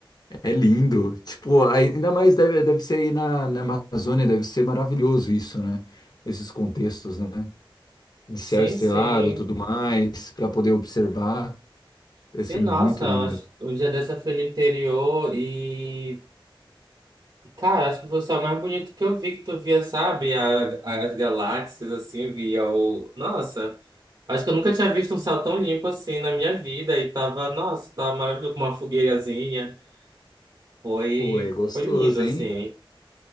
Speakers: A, on the left; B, on the right.
A: É lindo. Tipo, ai- ainda mais deve, deve ser aí na, na Amazônia, deve ser maravilhoso isso, né? Esses contextos, né? De céu
B: Sim,
A: estrelado,
B: sim.
A: tudo mais, para poder observar. Deve
B: Sim,
A: ser muito
B: nossa, eu
A: lindo.
B: acho- um dia dessa eu fui no interior e. Cara, acho que foi o céu mais bonito que eu vi, que tu via, sabe? A- as galáxias, assim, via o. Nossa, acho que eu nunca tinha visto um céu tão limpo assim na minha vida. E tava, nossa, tava maravilhoso com uma fogueirazinha. Foi,
A: Pô, é gostoso,
B: foi lindo, assim.
A: hein?